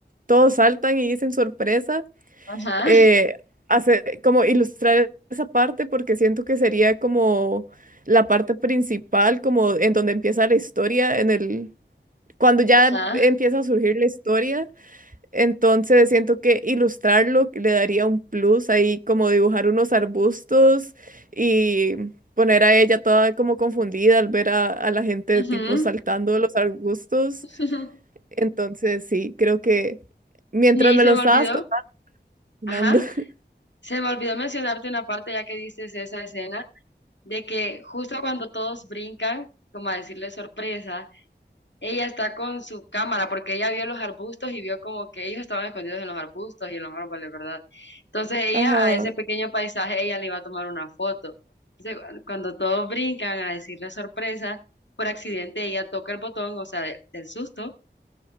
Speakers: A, on the right (about 45°); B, on the left (about 75°).
A: todos saltan y dicen sorpresa,
B: Ajá,
A: eh, hacer, como ilustrar esa parte porque siento que sería como la parte principal, como en donde empieza la historia, en el, cuando ya
B: <laughs> ajá,
A: empieza a surgir la historia. Entonces siento que ilustrarlo le daría un plus ahí, como dibujar unos arbustos y poner a ella toda como confundida al ver a, a la gente
B: ujú.
A: tipo saltando de los arbustos.
B: <laughs>
A: Entonces sí, creo que mientras
B: Y
A: me
B: se
A: lo
B: me
A: estabas
B: olvidó,
A: contando.
B: ajá,
A: <laughs>
B: se me olvidó mencionarte una parte ya que dices esa escena, de que justo cuando todos brincan, como a decirle sorpresa, Ella está con su cámara porque ella vio los arbustos y vio como que ellos estaban escondidos en los arbustos y en los árboles, ¿verdad? Entonces ella
A: Ajá.
B: a ese pequeño paisaje, ella le iba a tomar una foto. Entonces, cu- cuando todos brincan a decirle sorpresa, por accidente ella toca el botón, o sea, de- del susto,